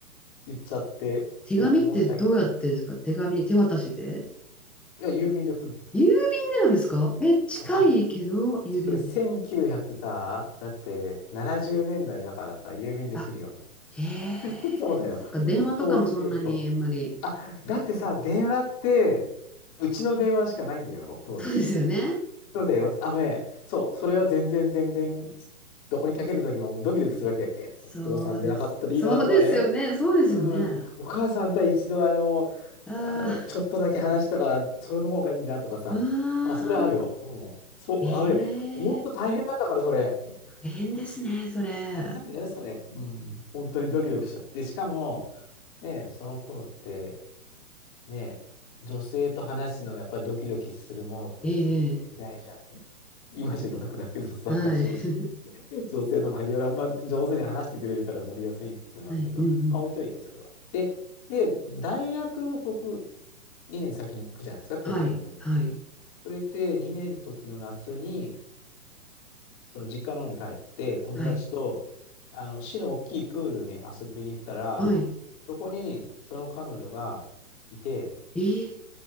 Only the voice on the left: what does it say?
言っちゃって、
いや、申し訳ない。
いや、郵便で来る。
うんあ、
それ1900さ、だって70年代だいだからさ、郵便で来るよ。
<laughs> そうだよ。
そうそうそう。あ、だってさ、電話って、うちの電話しかないんだよ、当時。
そうだよ。あのね、そう、それは全然全然、どこにかけるときもドキドキするわけ。えっと、
お父さんでなかったらいいなとかね。
うん、お母さんとは一度あの、
あの、ちょっとだけ話したから、それの方がいいなとかさ。
まあ、それあるよ。うん。そう、
あれ、ほんと大変なんだから、それ。
大変なんだよ、それ。うん。本当にドキドキしちゃって。しかも、ね、その頃って、ね、女性と話すの、やっぱりドキドキするものという時代じゃない
今じゃ逆だけどさ、
<laughs> 正直。
女性の概要欄、まあ、上手に話してくれるから乗りやすいっていうのはあるけど、
まあ置いといて、それは。で、で、大学、僕、2年先に行くじゃないですか、東京の大学。
それで2年の時の夏に、その実家の方に帰って、友達と、
あの、市の大きいプールに遊びに行ったら、
そこにその彼女がいて、